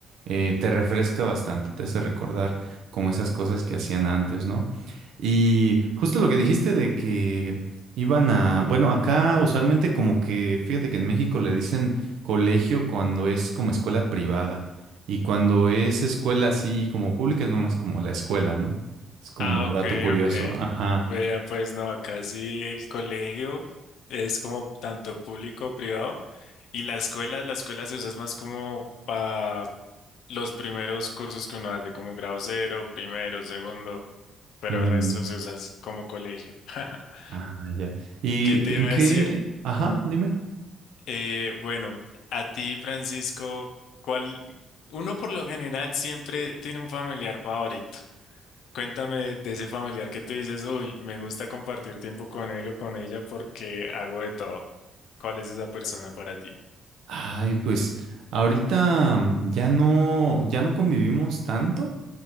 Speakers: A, on the right; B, on the left.
A: eh, te refresca bastante, te hace recordar como esas cosas que hacían antes, ¿no? Y justo lo que dijiste de que iban a, bueno, acá usualmente como que, fíjate que en México le dicen colegio cuando es como escuela privada y cuando es escuela así como pública es nomás como la escuela, ¿no? Es como
B: Ah, ok,
A: dato curioso.
B: ok.
A: Ajá.
B: Vea, pues no, acá sí el colegio es como tanto público, privado, y la escuela, la escuela se usa es más como para los primeros cursos que uno hace, como grado cero, primero, segundo, pero
A: Mm,
B: el resto se usa es como colegio. <laughs>
A: ah, ya. ¿Y
B: ¿Qué te
A: en
B: iba
A: qué?
B: a decir?
A: Ajá, dime.
B: Eh, bueno, a ti, Francisco, ¿cuál? Uno por lo general siempre tiene un familiar favorito. Cuéntame de ese familiar que tú dices, uy, me gusta compartir tiempo con él o con ella porque hago de todo. ¿Cuál es esa persona para ti?
A: Ay, pues ahorita mm, ya no, ya no convivimos tanto.